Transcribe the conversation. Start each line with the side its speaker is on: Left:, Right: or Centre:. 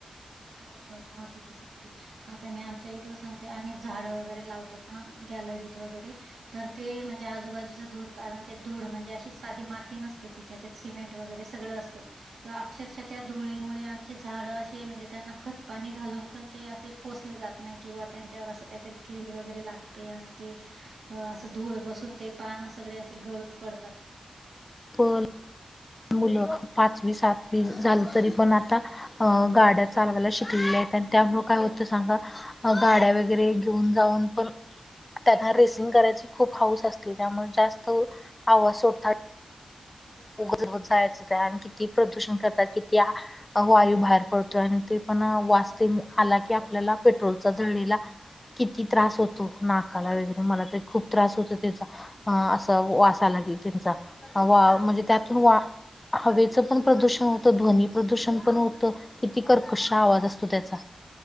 Right: जस तू आता मातीचं सांगितल आता मी आमच्या इथलं सांगतेय आम्ही झाडं वगैरे लावतो ना गॅलरीत वगैरे तर ते म्हणजे आजूबाजूचं धूर कारण ते दूळ म्हणजे अशी साधी माती नसते तिथ त्याच्यात सिमेंट वगरे सगळं असत अक्षरशः त्या धुळीमुळे आमची झाडं असे म्हणजे त्यांना खतपाणी घालून पण ते असे पोसले जात नाही किंवा त्यांच्यावर असं काहीतरी किडी वगैरे लागते आणि ते असं धूळ बसून ते पान सगळे असे गळून पडतात.
Left: होल. मुलं पाचवी सातवी झालं तरी पण आता अ गाड्या चालवायला शिकलेल्या आहेत आणि त्यामु ळ काय होतं सांगा. अ गाड्या वगैरे घेऊन जाऊन पण त्यांना रेसिंग करायची खूप हाऊस असते त्यामुळे जास्त आवाज सोडतात. उ जायचं आणि किती प्रदूषण करतात किती वायू बाहेर पडतोय आणि ते पण वाजतील आला की पेट्रोलचा जळलेला किती त्रास होतो
Right: हो
Left: नाकाला वगैरे मला तर खूप त्रास होतो त्याचा ह असं वास
Right: हो
Left: आला की त्यांचा वा म्हणजे
Right: हो
Left: त्यातून वा हवेचं पण प्रदूषण होतं ध्वनी प्रदूषण पण होतं. किती कर कशा आवाज असतो त्याचा